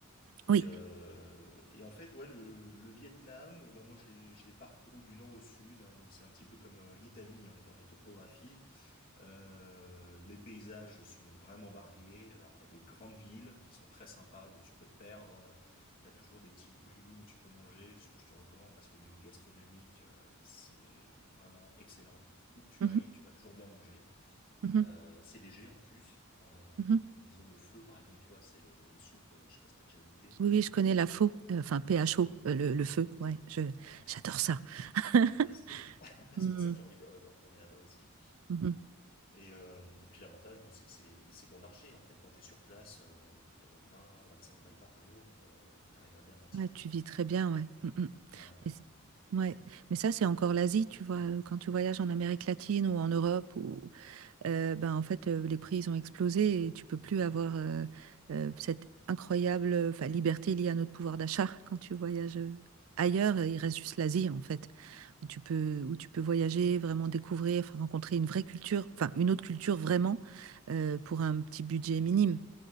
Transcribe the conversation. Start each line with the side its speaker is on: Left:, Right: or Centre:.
Left: Et,
Right: Oui.
Left: euh, et en fait, ouais, le, le Vietnam, bah moi je l'ai je l'ai parcouru du nord au sud, hein, donc c'est un petit peu comme euh, l'Italie hein, en termes de topographie. Euh, les paysages sont vraiment variés. Alors, tu as des grandes villes qui sont très sympas où tu peux te perdre. Tu as toujours des petits bouis-bouis où tu peux manger, ce que je te recommande parce qu'au niveau gastronomique, euh, c'est vraiment excellent. Où que tu
Right: Mhm,
Left: ailles, tu vas toujours bien manger.
Right: mhm,
Left: Euh, c'est léger en plus. Euh,
Right: mhm.
Left: ils ont le feu, par exemple, tu vois, c'est le- une soupe, euh, je sais pas si t'as déjà goûté.
Right: Oui, oui, je connais la faux, euh, enfin PHO,
Left: La faux.
Right: euh, le,
Left: Ouais,
Right: le feu,
Left: exactement.
Right: ouais, je,
Left: Ouais,
Right: j'adore ça. <laughs>
Left: Ouais, c'est trop bon. <laughs>
Right: Mhm,
Left: C'est pour ça que j'ai envie de, de retourner là-bas aussi.
Right: mhm.
Left: Et, euh, et puis l'avantage, bon, c'est que c'est c'est bon marché en fait. Quand t'es sur place euh, pour vingt, vingt-cinq balles par jour, euh, t'arrives à bien t'en tirer
Right: Ouais, tu
Left: quoi.
Right: vis très bien, ouais. Mhm.
Left: Ouais, ouais.
Right: Mais, c- ouais. Mais ça, c'est encore l'Asie, tu vois, euh, quand tu voyages en Amérique latine ou en Europe ou euh, ben, en fait, euh, les prix, ils ont explosé et tu peux plus avoir euh, euh, cette incroyable euh, enfin, liberté liée à notre pouvoir d'achat quand tu voyages euh, ailleurs. euh, Il reste juste l'Asie, en fait, où tu peux, où tu peux voyager, vraiment découvrir, enfin, rencontrer une vraie culture, enfin, une autre culture vraiment, euh, pour un petit budget minime.